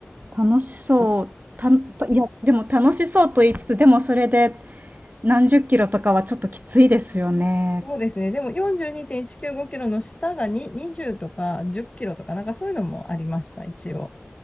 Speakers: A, on the right (about 40°); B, on the left (about 25°).
A: 楽しそう。た、いや、でも楽しそうと言いつつ、でもそれで何十キロとかはちょっときついですよね。
B: そうですね。でも42.195キロの下がに20とか10キロとか、なんかそういうのもありました、一応。